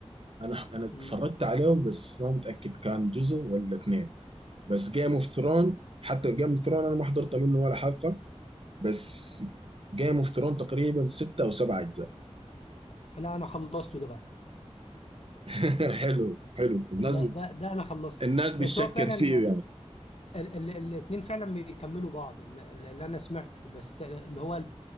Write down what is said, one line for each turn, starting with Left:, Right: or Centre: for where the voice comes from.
Right: انا انا اتفرجت
Left: مم.
Right: عليه بس ما متاكد كان جزء ولا اثنين بس جيم اوف ثرون حتى جيم اوف ثرون انا ما حضرت منه ولا حلقه بس جيم اوف ثرون تقريبا ستة او سبعة اجزاء
Left: لا انا خلصته ده بقى
Right: <laughs> حلو حلو الناس
Left: لا
Right: بت...
Left: ده ده انا خلصت
Right: الناس بتشكر
Left: بس هو فعلا
Right: فيه يعني
Left: ال ال الاتنين فعلا بيكملوا بعض ال- ال- اللي انا سمعته بس اللي هو